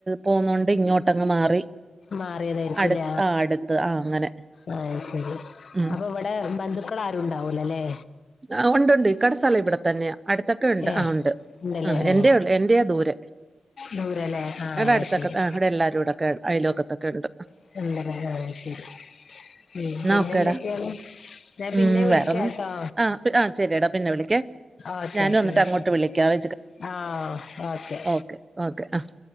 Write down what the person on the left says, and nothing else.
മാറിയതായിരിക്കൂല്ലേ
ആഹ് ശരി
അപ്പൊ ഇവിടെ ബന്ധുക്കൾ ആരുണ്ടാവൂലല്ലേ
ഏ
ഉണ്ടല്ലേ
ആ
ദൂരല്ലേ ആ
അത്
ശരി
<unintelligible> ശരി ഉം
പിന്നെ
എന്തൊക്കെയാണ് ഞാൻ പിന്നെ
വിളിക്കാട്ടോ
ഓക്കെ
ഓക്കെ
ന്നാ
ശരി
ആഹ് ഓക്കെ